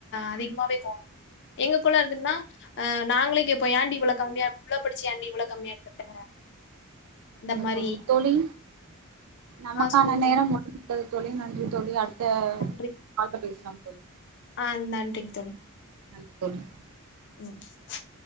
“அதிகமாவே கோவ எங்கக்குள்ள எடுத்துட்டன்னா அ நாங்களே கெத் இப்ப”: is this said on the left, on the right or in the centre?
Left